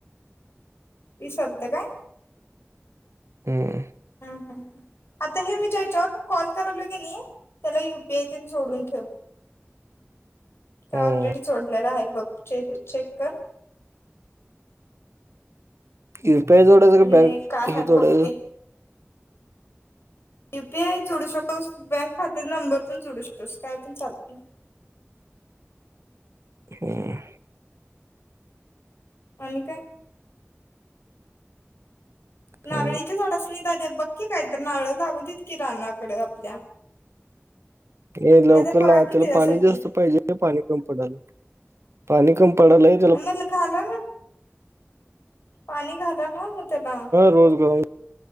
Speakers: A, on the left; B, on the right.
A: विस आलते काय
B: हम्
A: ह आता हे मी ज्याच्यावर म कॉल करालो की त्याला युपीआय जोडून ठे काय
B: हम्म
A: ऑलरेडी सोडलेला आहे बघ चेक कर
B: यु पीआय, झोडू
A: आणि
B: का बँक
A: काय
B: हे
A: आहे
B: ोझोडु
A: बघ ते. यु पी आय जोडू शकतोस बँक खात्या नंबर पण जोडू शकतोस काय पण चालत
B: हम्
A: आणि का
B: काय
A: नारळीच्या
B: नाही
A: झाड अस नाही दादे बक्की काय तर नारळ लागू दत की रानाकडे आपल्या
B: हे लवकला
A: काय तर बघा की
B: त्याला
A: त्याच्यासाठी
B: पाणी जास्त पाहिजे पाणी कम पडायला पाणी कम पडायला आहे
A: म, घाला ना पाणी घालं ना मग त्याला
B: रोजगार